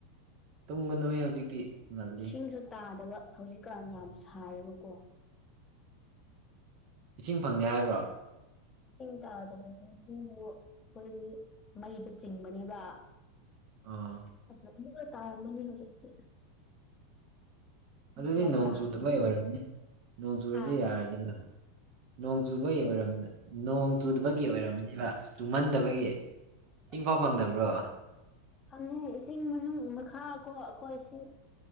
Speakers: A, on the right; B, on the left.
A: ꯇꯨꯝꯒꯅꯨꯍꯦ ꯍꯧꯖꯤꯛꯇꯤ ꯉꯜꯂꯤ
B: ꯏꯁꯤꯡꯁꯨ ꯇꯥꯗꯕ ꯍꯧꯖꯤꯛꯀꯥꯟ ꯌꯥꯝ ꯁꯥꯏꯌꯦꯕꯀꯣ
A: ꯏꯁꯤꯡ ꯐꯪꯗꯦ ꯍꯥꯏꯕ꯭ꯔꯣ
B: ꯏꯁꯤꯡ ꯇꯥꯗꯕꯁꯤꯡꯗꯨ ꯑꯩꯈꯣꯏꯒꯤ ꯃꯩꯗ ꯆꯤꯡꯕꯅꯦꯕ
A: ꯑꯥ
B: ꯑꯃꯨꯛꯀ ꯇꯥꯔꯝꯃꯅꯤ ꯍꯧꯖꯤꯛꯇꯤ ꯉꯁꯥꯏ
A: ꯑꯗꯨꯗꯤ ꯅꯣꯡꯆꯨꯗꯕꯒꯤ
B: ꯇꯥꯗꯕ
A: ꯑꯣꯏꯔꯝꯅꯤ ꯅꯣꯡ ꯆꯨꯨꯔꯗꯤ
B: ꯍꯥꯥ
A: ꯌꯥꯔꯅꯤꯅ ꯅꯣꯡ ꯆꯨꯕꯒꯤ ꯑꯣꯏꯔꯝ ꯅꯣꯡ ꯆꯨꯗꯕꯒꯤ ꯑꯣꯏꯔꯝꯅꯦꯕ ꯆꯨꯝꯃꯟꯗꯕꯒꯤ ꯏꯁꯤꯡꯐꯥꯎ
B: ꯅꯠꯇꯦꯍꯦ
A: ꯐꯪꯗꯕ꯭ꯔꯣ
B: ꯐꯪꯉꯦ ꯏꯁꯤꯡ ꯃꯅꯨꯡ ꯃꯈꯥ ꯀꯣ ꯑꯩꯈꯣꯏ ꯁꯤ